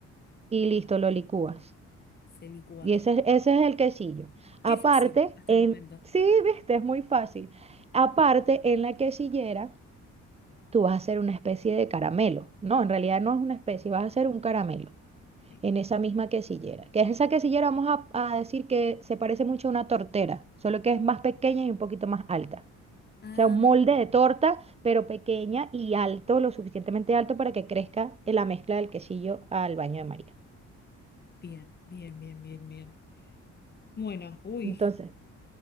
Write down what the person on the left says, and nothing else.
Se licúa
todo.
Qué
fácil hasta
el momento.
Sí.
Ah,
bien, bien, bien, bien, bien. Bueno, uy.